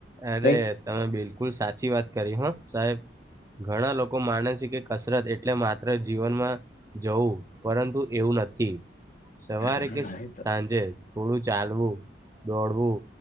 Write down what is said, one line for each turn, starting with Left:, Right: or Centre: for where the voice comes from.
Right: અરે
Left: નહી
Right: તમે બિલકુલ સાચી વાત કરી હો સાહેબ. ઘણા લોકો માને છે, કે કસરત એટલે માત્ર જીવનમાં જવું પરંતુ એવું ન નથી સવારે
Left: હા
Right: કે
Left: એ તો
Right: સાંજે. થોડું ચાલવું દોડવું